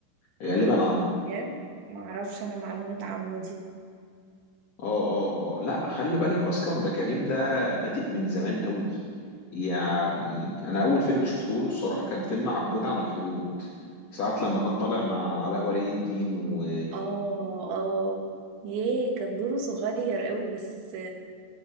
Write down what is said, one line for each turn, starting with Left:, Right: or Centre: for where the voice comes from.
Left: فغالبا عمه
Right: يعني ما اعرفش انا معلومة عمه دي
Left: اه اه اه لا خلي بالك اصلا ده كريم ده بادئ من زمان قوي يعني انا اول فيلم شفته له الصراحه كان فيلم عبود عن الحدود ساعه لما كان طالع مع علاء ولي الدين و
Right: اه اه ياه كان دوره صغير قوي بس